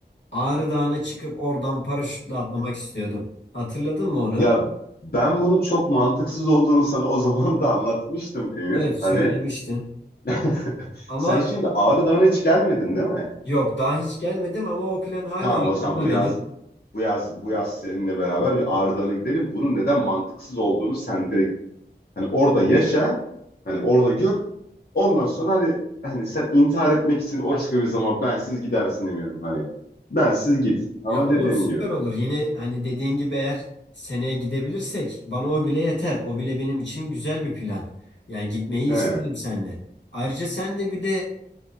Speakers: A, on the left (about 80°); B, on the left (about 60°).
A: Ağrı Dağı'na çıkıp oradan paraşütle atlamak istiyordum. Hatırladın mı onu?
B: ya ben bunun çok mantıksız olduğunu sana o zaman da anlatmıştım Emir.
A: Evet söylemiştin.
B: Hani <laughs>
A: Ama
B: Sen şimdi Ağrı Dağı'na hiç gelmedin değil mi?
A: yok daha hiç gelmedim ama o plan hala
B: Tamam
A: aklımda
B: o zaman bu
A: benim.
B: yaz bu yaz bu yaz seninle beraber bir Ağrı Dağı'na gidelim. Bunun neden mantıksız olduğunu sen direkt hani orada yaşa, hani orada gör. Ondan sonra hani hani sen intihar etmek için o başka bir zaman bensiz gidersin eminim hani. Bensiz git. Ama
A: Ya olur
B: dediğim
A: süper
B: gibi.
A: olur. Yine hani dediğin gibi eğer seneye gidebilirsek bana o bile yeter. O bile benim için güzel bir plan. Yani gitmeyi
B: He,
A: isterim seninle. Ayrıca senle bir de